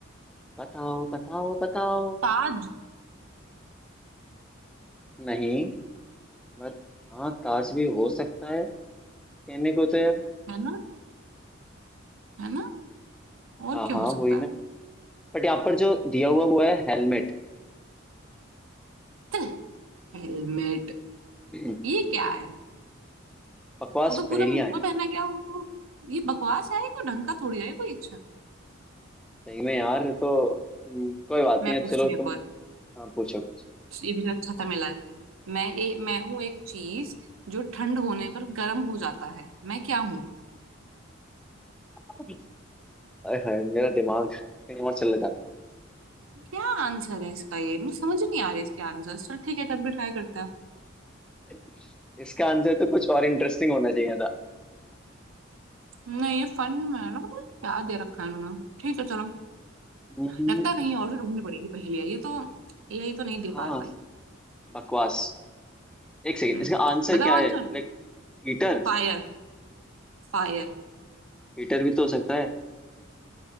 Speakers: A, in the centre; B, on the right.
A: बताओ बताओ बताओ
B: ताज
A: नहीं बट हाँ ताज भी हो सकता है कहने को तो यार
B: है ना है ना और
A: हाँ
B: क्या
A: हाँ
B: हो सकता
A: वही ना
B: है
A: बट यहाँ पर जो दिया हुआ वो है हेलमेट
B: <laughs> हेलमेट
A: <clears throat> क्यों
B: ये क्या है
A: बकवास
B: वो तो पूरा
A: पहेलियां
B: मुंह
A: है
B: पे पहना
A: ना
B: गया वो तो ये बकवास है कोई ढंग का थोड़ी है कोई अच्छा
A: सही में यार तो हम्म, कोई बात
B: मैं
A: नहीं अब
B: पूछती
A: चलो
B: हूँ
A: तुम
B: एक और
A: हाँ, पूछो कुछ
B: ये भी जरा अच्छा था मिला है मैं ए, मैं हूं एक चीज जो ठंड होने पर गर्म हो जाता है मैं क्या हूँ
A: <laughs> अरे हाय, मेरा दिमाग कहीं और चला जाता
B: क्या आंसर है इसका ये मुझे समझ नहीं आ रहा है इसके आंसर चल ठीक है तब भी ट्राई करते हैं
A: है इसका आंसर तो कुछ और इंटरेस्टिंग होना चाहिए था
B: नहीं ये फन में है ना पता नहीं क्या दे रखा है इन्होंने ठीक है चलो
A: हम्म,
B: लगता है कहीं और से ढूंढनी पड़ेगी पहेलियाँ ये तो यही तो नहीं दे
A: हाँ
B: पा रहा भाई
A: बकवास एक सेकेंड
B: हम्म
A: इसका आंसर
B: बताओ
A: क्या है
B: आंसर
A: Like heater
B: फायर फायर
A: हीटर भी तो हो सकता है